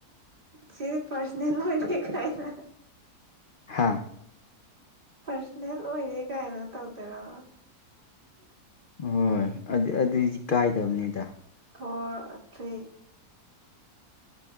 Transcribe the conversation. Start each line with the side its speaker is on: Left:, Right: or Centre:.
Right: ꯁꯤꯗꯤ ꯄꯔꯁꯅꯦ ꯑꯣꯏꯗꯤ ꯀꯥꯏꯅ꯫
Left: ꯍꯥꯥ
Right: ꯄꯥꯔꯁꯅꯦꯜ ꯑꯣꯏꯔꯦ ꯀꯥꯏꯅ ꯇꯧꯗꯣꯏꯔꯣ?
Left: ꯍꯣꯏ ꯑꯗꯨ ꯑꯗꯨꯏꯗꯤ ꯀꯥꯏꯗꯕꯅꯦꯗ꯫
Right: ꯐꯣꯔ ꯊ꯭ꯔꯤ